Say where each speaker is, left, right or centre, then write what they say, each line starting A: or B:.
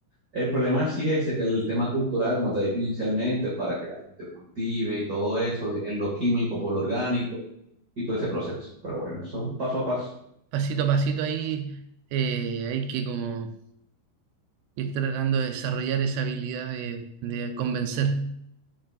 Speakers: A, on the right; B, on the right.
A: El problema sí es ese, que el tema cultural, como te he dicho inicialmente, para que la gente cultive y todo eso, de- en lo químico por lo orgánico y todo ese proceso. Pero bueno, eso es un paso a paso.
B: Pasito a pasito ahí eh, hay que como ir tratando de desarrollar esa habilidad de, de convencer.